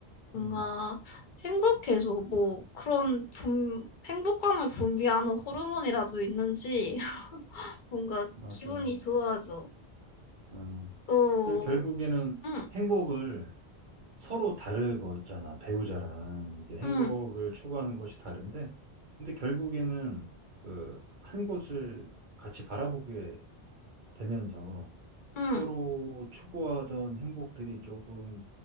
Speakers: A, on the left; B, on the right.
A: 뭔가
B: 음,
A: 행복해져. 뭐 그런 분, 행복감을 분비하는 호르몬이라도 있는지 <laughs> 뭔가
B: 맞아.
A: 기분이 좋아져.
B: 음.
A: 또,
B: 그 결국에는
A: 응.
B: 행복을 서로 다르잖아. 배우자랑 이게 행복을
A: 응.
B: 추구하는 것이 다른데, 근데 결국에는 그 한 곳을 같이 바라보게 되면서
A: 응,
B: 서로 추구하던 행복들이 조금